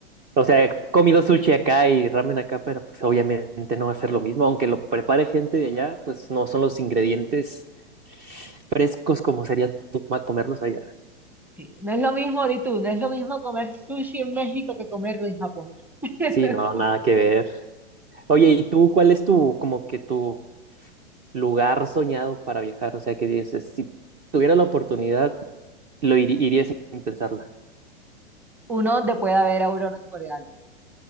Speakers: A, on the right (about 25°); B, in the centre.
A: O sea, he comido sushi acá y ramen acá, pero pues obviamente no va a ser lo mismo. Aunque lo prepare gente de allá, pues no son los ingredientes frescos como sería tú ma- comerlos allá.
B: sí. No es lo mismo, di tú, no es lo mismo comer sushi en México que comerlo en Japón. <laughs>
A: Sí, no, nada que ver. Oye, ¿y tú cuál es tu, como que tu lugar soñado para viajar? O sea, que dices, si tuviera la oportunidad, lo iri- iría sin pensarla.
B: Uno donde pueda ver auroras boreales.